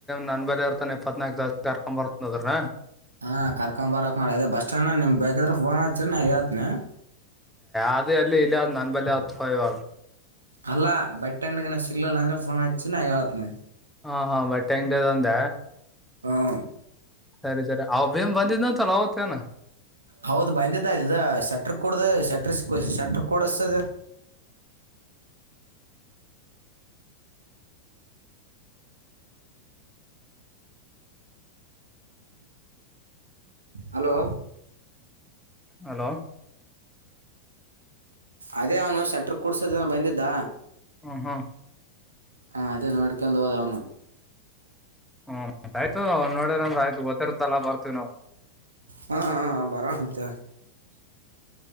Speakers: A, in the centre; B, on the right.
A: ನನ್ ಬಲಿ ಇರ್ತಾನ ಇಪ್ಪತ್ನಾಲ್ಕು ತಾಸ್ ಕರ್ಕೊ್ ಬರ್ತನ ಅದರ
B: ಹಾ ಕರ್ಕಂಬರ ಬಾ ರಪ್ಪ ಇದು ಬಸ್ ಸ್ಟಂಡ್ ನ ನಿಮ ಬೇಕಿದ್ರೆ ಫೋನ್ ಹಚ ನಾ ಹೇಳ್ತನಿ
A: ಅದದು ಅಲ್ಲ ಇಲ್ಲ ನನ್ ಬಲೆ ಅತ್ಯವಾಗ
B: ಅಲ್ಲ ಬಟ್ಟೆ ಅಂಗಡಿಗೆ ಸಿಗ್ಲಿಲ್ಲ ಅಂದೆ ಫೋನ್ ಹಚ್ಚಿ ನಾ ಹೇಳ್ತೀನನೆ
A: ಹಾ ಹಾ ಬಟ್ಟೆ ಅಂಗಡಿ ಅಂದ
B: ಹಾ
A: ಸರಿ ಸರಿ ಅವ ಬೀಮ್ ಬಂದಿದ್ ಅಂತಲ್ಲ ಅವತ್ತೇನ
B: ಹೌದು ಬಂದಿದ್ದ ಅ ಶಟರ್ ಕೂಡದ ಶಟರ್ ಸಿ ಶಟರ್ ಕೊಡಸ ಹಲೋ
A: ಹಲೋ
B: ಅದೇ ಅವನು ಶೆಟರ್ ಕುಡ್ಸೋದನ್ನು ಬಂದಿದ್ದ
A: ಹ್ಮ ಹ್ಮ
B: ಹ ಅದೇನ್ನು ಹಿಡಕೊಂಡು ಹೋದ ಅವನು
A: ಹೂ ಆಯ್ತ ನೋಡದಂದ್ರೆ ಆಯ್ ಗೊತ್ತಿರದಲ್ಲ ಬರ್ತೀವಿ ನಾವು
B: ಹಾಂ ಹಾ ಬರೋ ಅಂತ.